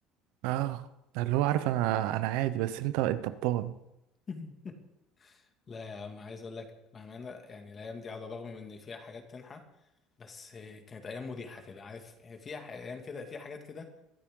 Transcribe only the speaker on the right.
اه اللي هو عارف انا انا عادي بس انت انت بطال